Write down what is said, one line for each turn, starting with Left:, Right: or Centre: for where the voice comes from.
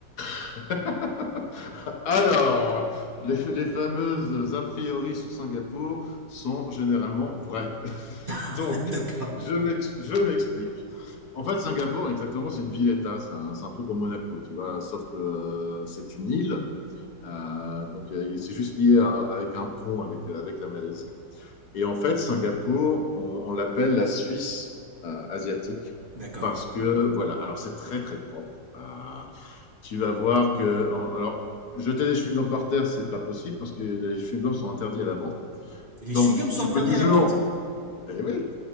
Left: <laughs> Alors, les, les fameuses a priori sur Singapour sont généralement vraies. <laughs> Donc,
Right: <laughs> D'accord,
Left: je m'ex- je m'explique. En fait, Singapour, exactement, c'est une ville-État. C'est un, c'est un peu comme Monaco, tu vois, sauf que euh, c'est une île Euh, donc, euh, c'est juste lié à- avec un pont avec, euh, avec la Malaisie. Et en fait, Singapour, on, on l'appelle la Suisse euh, asiatique
Right: d'accord.
Left: parce que, voilà, alors c'est très, très propre. Euh, tu vas voir que, en- alors, jeter des chewing-gums par terre, c'est pas possible parce que les chewing-gums sont interdits à la vente.
Right: Les
Left: Donc,
Right: chewing-gums sont
Left: tu
Right: interdits
Left: peux toujours
Right: à la vente.
Left: et oui,